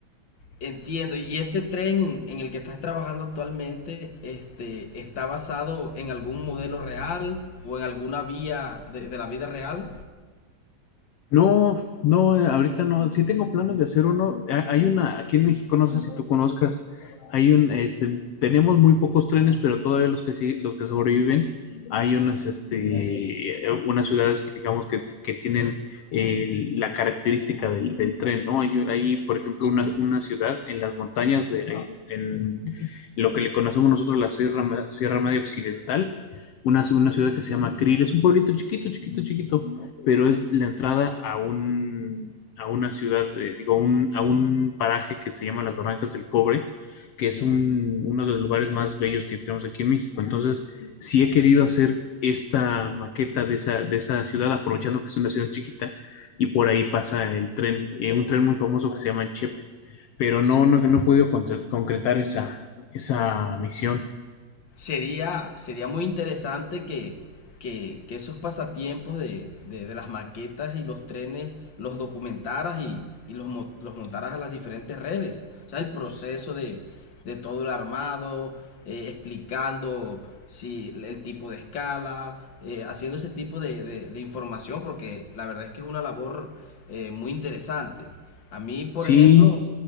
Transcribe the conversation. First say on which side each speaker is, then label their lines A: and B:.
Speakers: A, on the left (about 40°); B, on the left (about 65°).
A: entiendo. ¿Y ese tren en el que estás trabajando actualmente, este, está basado en algún modelo real o en alguna vía de, de la vida real?
B: No, no, eh, ahorita no. Sí tengo planes de hacer uno. Ha- Hay una, aquí en México, no sé si tú conozcas, hay un, este, tenemos muy pocos trenes, pero todavía los que sí, los que sobreviven, hay unas, este, eh, unas ciudades que digamos que, que tienen eh, la característica del, del tren, ¿no? Hay, un- hay, por ejemplo,
A: Sí,
B: una, una ciudad en las montañas de, ahí, en lo que le conocemos nosotros la Sierra, Ma- Sierra Media Occidental, una, una ciudad que se llama Krill, es un pueblito chiquito, chiquito, chiquito pero es la entrada a un, a una ciudad, eh, digo, un- a un paraje que se llama Las Barrancas del Cobre, que es un- uno de los lugares más bellos que tenemos aquí en México. Entonces, sí he querido hacer esta maqueta de esa, de esa ciudad, aprovechando que es una ciudad chiquita y por ahí pasa el tren, eh, un tren muy famoso que se llama el Chepe, pero
A: sí.
B: no, no, no he podido contra- concretar esa, esa misión.
A: sería, sería muy interesante que, que, que esos pasatiempos de, de, de las maquetas y los trenes los documentaras y, y los, mo- los montaras a las diferentes redes. O sea, el proceso de, de todo el armado, eh, explicando si el tipo de escala, eh, haciendo ese tipo de, de- de información, porque la verdad es que es una labor eh, muy interesante. A mí, por
B: Sí.
A: ejemplo,